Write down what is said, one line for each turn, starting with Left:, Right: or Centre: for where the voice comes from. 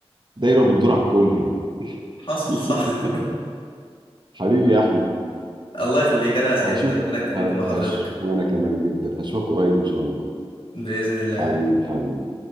Right: دايره بتدور على الكل يعني
Left: حصل
Right: <laughs>
Left: صح
Right: حبيبي يا احمد
Left: <laughs> الله يخليك انا سعيد
Right: هشوف
Left: ان انا اتكلمت
Right: ه-
Left: مع حضرتك
Right: هش وانا كمان جدا هشوفك قريب ان شاء الله
Left: باذن الله
Right: حبيبي حبيبي